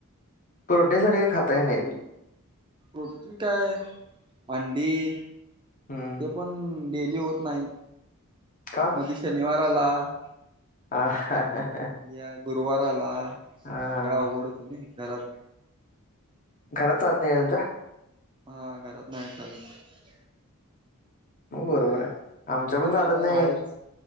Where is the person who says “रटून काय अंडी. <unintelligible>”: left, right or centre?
Right